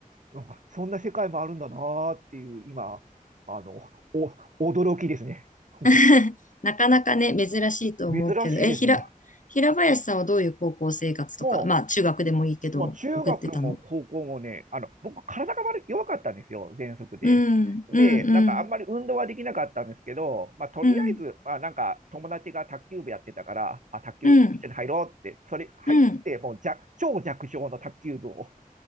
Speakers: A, on the right; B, on the left.
A: なんかそんな世界もあるんだなーっていう、今、あの、お、驚きですね。<laughs>
B: <laughs> なかなかね、珍しいと思うけど、
A: 珍しいですね。
B: え、ひら、平林さんはどういう高校生活とか、
A: も
B: まあ中学でもいいけど、
A: う、もう中学も高校もね、
B: 送ってたの
A: あの、僕、体が悪い弱かったんですよ、喘息で。
B: うん、
A: で、
B: うん、
A: なんかあんまり運動はできなかったんですけど、
B: うん、
A: まあ、とりあえず、
B: うん、
A: まあ、なんか友達が卓球部やってたから、あ、卓球一緒に入ろうって、
B: うん、
A: それ入って、
B: うん。
A: もう弱超弱小の卓球部を